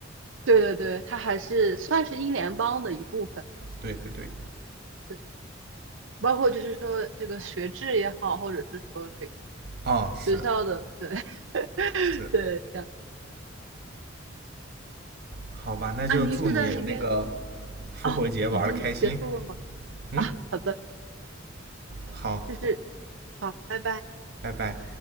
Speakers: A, on the right (about 75°); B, on the right (about 55°).
A: 对对对，它还是算是英联邦的一部分，
B: 对对对，
A: 对，包括就是说这个学制也好，或者是说这个
B: 嗯，是
A: 学校的，对 <laughs>
B: 是，
A: 对，这样
B: 好吧，那就祝你那个
A: 啊，您是在那边
B: 复活节玩的开心。
A: 啊，已经结束了吗？
B: 嗯，
A: 啊，好的，
B: 好，
A: 就是好，拜拜。
B: 拜拜。